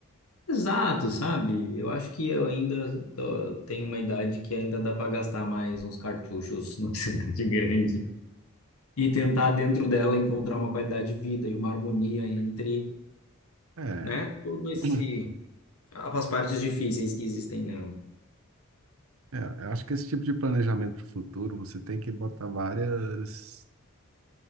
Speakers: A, on the left; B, on the right.
A: Exato, sabe? Eu acho que eu ainda tô- tenho uma idade que ainda dá para gastar mais uns cartuchos numa <laughs> cidade grande e tentar, dentro dela, encontrar uma qualidade de vida e uma harmonia entre,
B: É.
A: né, todo esse.
B: <clears throat>
A: as partes difíceis que existem nela.
B: É, eu acho que esse tipo de planejamento para o futuro, você tem que botar várias,